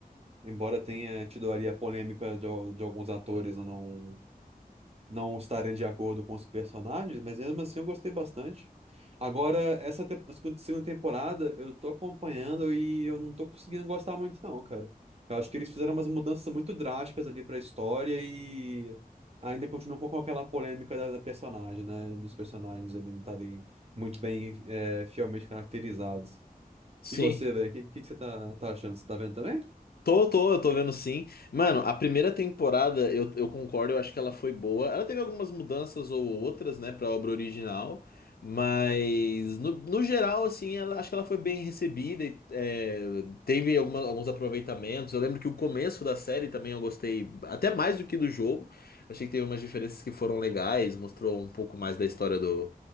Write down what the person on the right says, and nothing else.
embora tenha tido ali a polêmica de, al- de alguns atores não não estarem de acordo com os personagens, mas mesmo assim eu gostei bastante. Agora, essa te- a segunda segunda temporada eu tô acompanhando e eu não tô conseguindo gostar muito, não, cara. Eu acho que eles fizeram umas mudanças muito drásticas ali pra história e ainda continuam com aquela polêmica da, da personagem, né? Dos personagens ali não estarem muito bem, é, fielmente caracterizados.
E você, velho, o que, que, que você tá, tá achando? Você tá vendo também?